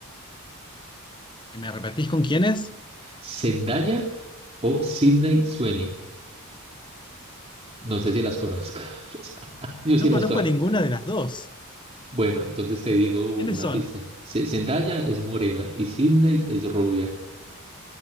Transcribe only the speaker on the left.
¿Me repetís con quiénes?
No
conozco
a ninguna de las dos.
¿Quiénes
son?